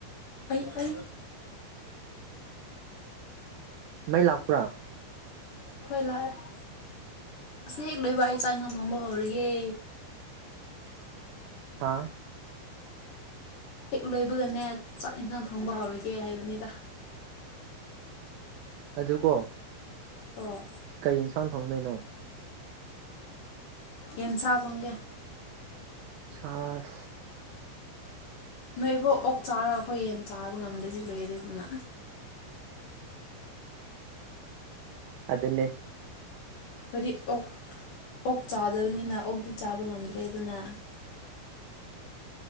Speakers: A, on the left; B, on the right.
A: ꯑꯩ ꯑ
B: ꯃꯩ ꯂꯥꯛꯄ꯭ꯔꯥ
A: ꯍꯣꯏ ꯂꯥꯛꯦ ꯁ ꯂꯣꯏꯕꯥꯛ ꯆꯥꯏꯉ ꯊꯣꯡꯝꯕꯣꯔꯒꯦ
B: ꯍꯥꯥ
A: ꯍꯦꯛ ꯂꯣꯏꯕꯒꯅꯦ ꯆꯥꯛ ꯌꯦꯟꯁꯥꯡ ꯊꯣꯡꯕ ꯍꯧꯔꯒꯦ ꯍꯥꯏꯕꯅꯤꯗ
B: ꯑꯗꯨꯀꯣ
A: ꯑꯣ
B: ꯀꯩ ꯌꯦꯟꯁꯥꯡ ꯊꯣꯡꯗꯩꯅꯣ
A: ꯌꯦꯟ ꯁꯥꯥꯕꯒꯦ
B: ꯆꯁ
A: ꯅꯣꯏꯕꯨꯣ ꯑꯣꯛ ꯆꯥꯔꯒ ꯑꯩꯈꯣꯏꯟ ꯆꯥꯕ ꯉꯝꯗ꯭ꯔꯗꯤ ꯂꯣꯏꯔꯔꯦ ꯑꯗꯨꯅ
B: ꯑꯗꯨ ꯑꯗꯨꯟꯅꯦ
A: ꯍꯥꯏꯣꯏꯗꯤ ꯑꯣꯛ ꯑꯣꯛ ꯆꯥꯗꯕꯅꯤꯅ ꯑꯣꯛꯇꯤ ꯆꯥꯕ ꯉꯝꯗ꯭ꯔꯦ ꯑꯗꯨꯅ <inaudible>